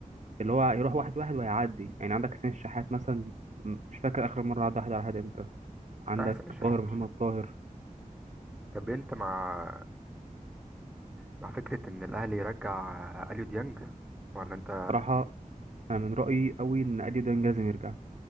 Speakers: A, on the right (about 55°); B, in the centre.
A: اللي هو يروح واحد واحد وهيعدي يعني عندك حسين الشحات مثلا م- مش فاكر اخر مره عدى واحد على واحد امتى عندك
B: لا حسين الشحات
A: طاهر محمد
B: مش يعني
A: طاهر
B: طب انت مع مع فكرة ان الاهلي يرجع اليو ديانج ولا انت
A: بصراحه انا من رايي قوي ان اديو ده لازم يرجع